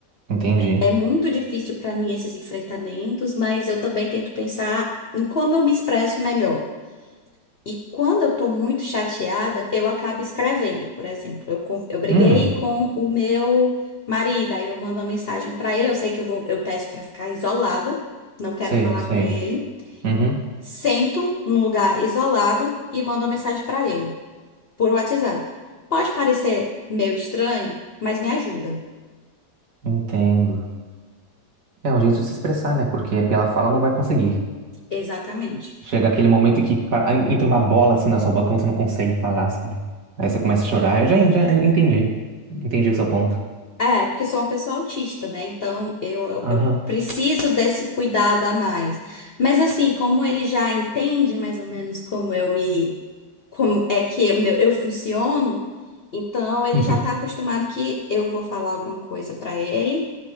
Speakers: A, on the right; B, on the left.
A: Entendi.
B: É muito difícil para mim esses enfrentamentos, mas eu também tento pensar em como eu me expresso melhor. E quando eu tô muito chateada, eu acabo escrevendo, por exemplo. Eu, con- eu briguei
A: Hum,
B: com o meu marido, aí eu mando uma mensagem pra ele. Eu sei que eu vou, eu peço pra ficar isolada, não quero
A: sei,
B: falar
A: sei.
B: com ele.
A: Uhum.
B: Sento num lugar isolado e mando uma mensagem pra ele, por WhatsApp. Pode parecer meio estranho, mas me ajuda.
A: Entendo. É um jeito de se expressar, né? Porque pela fala não vai conseguir.
B: Exatamente.
A: Chega aquele momento que pa- entra uma bola assim na sua boca, você não consegue falar, sabe? Aí você começa a chorar. Eu já, já entendi. Entendi o seu ponto.
B: É, porque eu sou uma pessoa autista, né? Então eu, eu
A: Aham.
B: eu preciso desse cuidado a mais. Mas assim, como ele já entende mais ou menos como eu me, como é que eu, meu- eu funciono, então ele
A: <laughs>
B: já tá acostumado que eu vou falar alguma coisa pra ele,